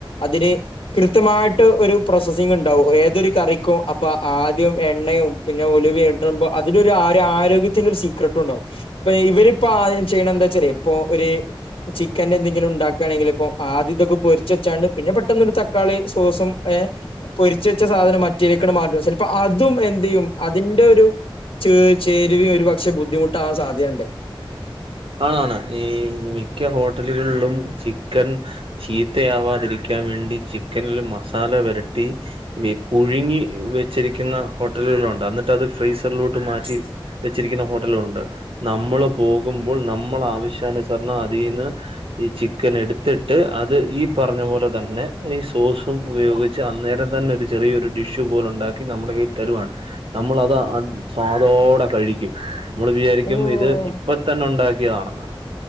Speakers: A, on the left; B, on the right.
A: അതിന് കൃത്യമായിട്ട് ഒരു പ്രോസസിങ് ഇ ണ്ടാവും ഏതൊരു കറിക്കും അപ്പൊ ആദ്യം എണ്ണയും പിന്നെ ഒലി വേണ്ടമ്പോ അതിലരു ആരോ ആരോഗ്യത്തിന്റെ ഒരു സീക്രട്ടും ഉണ്ടാവും ഇപ്പ ഇവരിപ്പ ചെയ്യണ എന്താച്ച ഇപ്പൊ ഒര് ചിക്കൻന്റെ എന്തെങ്കിലും ഉണ്ടാക്കുകയാണെങ്കിൽ ഇപ്പൊ ആദ്യം ഇതൊക്കെ പൊരിച്ച് വെച്ചാണ്ട് പിന്നെ പെട്ടെന്നൊരു തക്കാളി സോസും ഏഹ് പൊരിച്ച വെച്ച സാധനം മറ്റിരിക്കുന്ന മാറ്റ ചിലപ്പോ അതും എന്തയ്യും അതിന്റെ ഒരു ചേ ചേരുവയും ഒരുപക്ഷെ ബുദ്ധിമുട്ടാ ആൻ സാധ്യതയുണ്ട്
B: ആതാണ് ഈ മിക്ക ഹോട്ടലുകളിലും ചിക്കൻ ചീത്തയാവാതിരിക്കാൻ വേണ്ടി ചിക്കനില് മസാല വരട്ടി പുഴുങ്ങി വെച്ചിരിക്കുന്ന ഹോട്ടലുകളുണ്ട് എന്നിട്ട് അത് ഫ്രീസറിലോട്ട് മാറ്റി വെച്ചിരിക്കുന്ന ഹോട്ടലുണ്ട് നമ്മൾ പോകുമ്പോ നമ്മള ആവശ്യാനുസരണം അതിന്ന് ഈ ചിക്കൻ എടുത്തിട്ട് അത് ഈ പറഞ്ഞ പോലെ തന്നെ ഈ സോസും ഉപയോഗി ച് അന്നേരം തന്നെ ഒരു ചെറിയൊരു ഡിഷു പോലെ ഉണ്ടാക്കി നമ്മുടെ കയ്യിൽ തരുവാണ് തരുവാണ് നമ്മളത് അ സ്വാദോടെ കഴിക്കും നമ്മൾ വിചാരിക്കും
A: ഓഹ്
B: ഇത് ഇപ്പ തന്നെ ഉണ്ടാക്കിയതാണെന്ന്